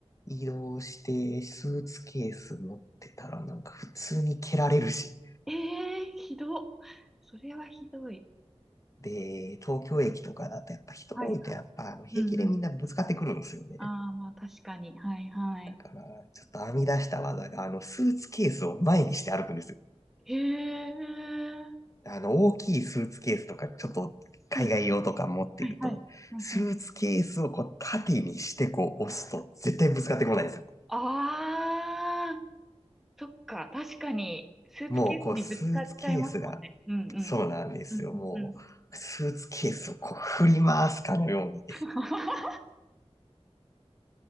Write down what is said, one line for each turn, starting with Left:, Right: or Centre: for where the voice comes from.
Left: 移動して、スーツケース持ってたら、なんか、普通に蹴られるし。
Centre: ええー、ひどっ。それはひどい。
Left: で、東京駅とかだと、やっぱ人多いと、
Centre: はいはい。
Left: やっぱ、あの平気でみんなぶつかってくるんですよね。
Centre: うんうん。ああ、まあ確かに。はいはい。
Left: だから、ちょっと編み出した技が、あの、スーツケースを前にして歩くんですよ。
Centre: へえ。
Left: あの、大きいスーツケースとか、ちょっと海外用とか持ってると、
Centre: うん。はいはい。はいはい。
Left: スーツケースをこう縦にしてこう押すと絶対ぶつかってこないんですよ。
Centre: ああ。そっか、確かに、スーツケースにぶつかっちゃいますもんね。
Left: もうこうスーツケースが、
Centre: うんうん。
Left: そうなんですよ。
Centre: うんうんうん。
Left: もう、スーツケースをこう振り回すかのように。
Centre: <laughs>